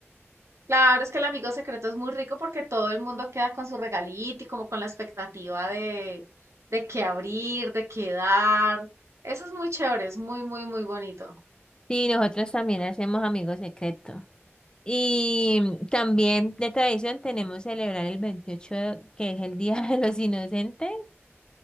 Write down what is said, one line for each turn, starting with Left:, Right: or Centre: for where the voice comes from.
Right: Claro, es que el amigo secreto es muy rico porque todo el mundo queda con su regalito y como con la expectativa de, de qué abrir, de qué dar. Eso es muy chévere, es muy, muy, muy bonito.
Left: Sí, nosotros también hacemos amigos secretos. Y también de tradición tenemos celebrar el 28 de- que es el Día de los Inocentes.